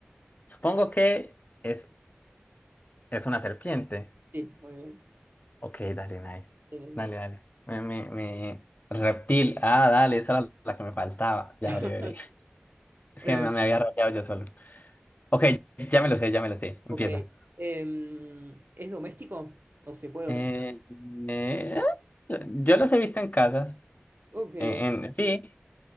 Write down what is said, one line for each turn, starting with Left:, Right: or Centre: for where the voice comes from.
Left: supongo que es, es una serpiente.
Right: Sí, muy bien.
Left: Ok, dale, nice.
Right: Excelente.
Left: Dale, dale. Me, me, me- Reptil. Ah, dale, esa era la que me faltaba. Ya,
Right: <laughs>
Left: breve, breve. Es
Right: Em,
Left: que me, me había rayado yo solo. Ok, ya me lo sé, ya me lo sé. Empieza.
Right: Ok. Em, ¿es doméstico? ¿O se puede domesticar?
Left: Eh, eh, yo los he visto en casas.
Right: Ok.
Left: En, en- sí,